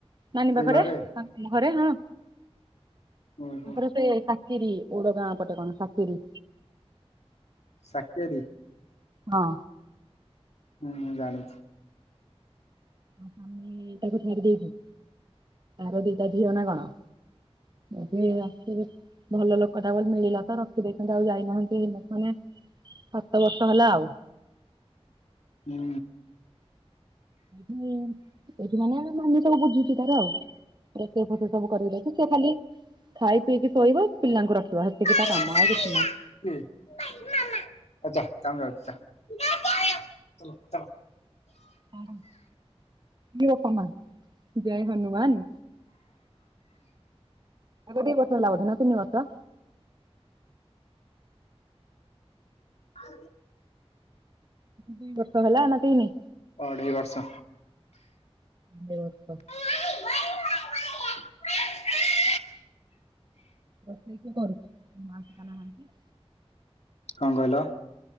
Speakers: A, on the right; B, on the left.
A: ନାନୀ
B: ସେଇ
A: ପାଖରେ
B: ଘରେ?
A: -- ଆମ ଘରେ ହଁ
B: ଓହୋ
A: ତାଙ୍କର ସେ ସାକିରି ଓଡ ଗାଁ ପଟେ କଣ ସାକିରି?
B: ଶାକିରି।
A: ହଁ।
B: ହୁଁ ହୁଁ ଜାଣିଛି।
A: ସାମୀ ତାକୁ ଛାଡି ଦେଇଛି ଆର ଦିଟା ଝିଅ ନା କଣ? ଏବେ ଆସୁଥିବେ ଭଲ ଲୋକ ଟା ବୋଲି ମିଳିଲା ତ ରଖି ଦେଇ ଥାନ୍ତେ ଆଉ ଯାଇ ନାହାନ୍ତେ ହେ ମାନେ ସାତ ବର୍ଷ ହେଲା ଆଉ।
B: ହୁଁ।
A: ହୁଁ ଏଇଠି ମାନେ ମାନି ସବୁ ବୁଝୁଛି ତାର ଆଉ। ରୋଷେଇ, ଫୋଷେଇ ସବୁ କରିକି ରଖିଛି, ସେ ଖାଲି ଖାଇ ପିଇକି ଶୋଇବ। ପିଲାଙ୍କୁ ରଖିବା ସେତିକି
B: ହଉ
A: ତା
B: ଯା
A: କାମ ଆଉ କିଛି ନାହିଁ।
B: <unintelligible>
A: ହଁ ଘିଅ ସମାନ। ଜୟ ହନୁମାନ ଆକୁ ଦି ବର୍ଷ ହେଲା ବୋଧେ ନା ତିନି ବର୍ଷ।
B: <unintelligible>
A: ଦୁଇ ବର୍ଷ ହେଲା ନା ତିନି।
B: ଅଢ଼େଇ ବର୍ଷ।
A: ଅଢ଼େଇ ବର୍ଷ।
B: <unintelligible>
A: ରୋଷେଇ ତୁ କରୁ ମା ସିନା ନାହାନ୍ତି।
B: କଣ କହିଲ?